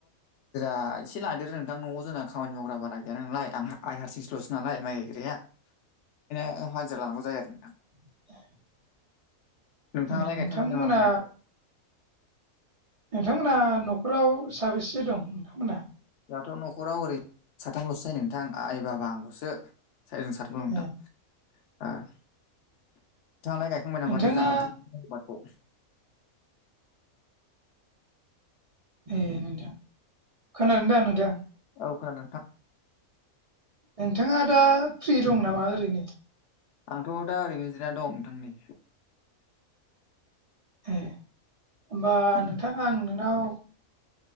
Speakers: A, on the left; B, on the right.
A: जदा एसे लादेरो नोंथां न'आव जोंना खामानि मावग्रा बारा गैया नोंलाय आंहा आइ हारसिंसोल'स नालाय माइ गायग्राया बेनो हाजिर लानांगौ जायो आरो नोंथा।
B: <inaudible>
A: नोंथाङालाय
B: ए नोंथांमोना
A: गायखांबाय नामा माइखौ?
B: नोंथांमोना न'खराव साबेसे दं नोंथांमोनहा?
A: दहाथ' न'खराव ओरै साथामल'सो जायोै नोंथां आइ बाबा आंखौसो सायजों साथाम बुं नोंथां
B: ए
A: नोंथा ओ ‌नोंथाङालाय गाय खांबाय नामा
B: नोंथाङा
A: दैज्लां बोथोर आबादखौ
B: ए नोंथां खोनादों दा नोंथां।
A: औ खोन नोंथां।
B: नोंथाङा दा फ्रि दं नामा ओरैनो?
A: आंथ' दा ओरैनोजिरना दं नोंथांनि
B: ए होमबा
A: औ
B: नोंथां आं नोंनाव